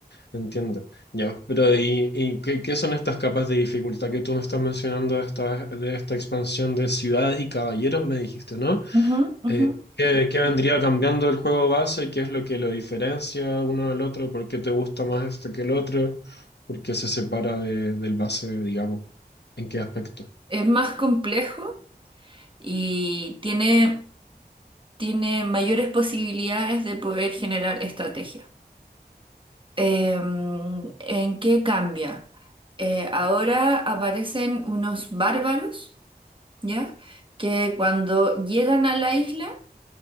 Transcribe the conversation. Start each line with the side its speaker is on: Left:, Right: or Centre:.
Left: Entiendo. Ya, pero ¿y, y qué, qué son estas capas de dificultad que tú me estás mencionando de esta, de esta expansión de ciudades y caballeros, me dijiste, ¿no?
Right: ujú, ujú.
Left: Eh, ¿qué, qué vendría cambiando el juego base? ¿Qué es lo que lo diferencia uno del otro? ¿Por qué te gusta más este que el otro? ¿Por qué se separa de- del base, digamos? ¿En qué aspecto?
Right: Es más complejo y tiene, tiene mayores posibilidades de poder generar estrategia. Em, ¿en qué cambia? Eh, ahora aparecen unos bárbaros, ¿ya? Que cuando llegan a la isla,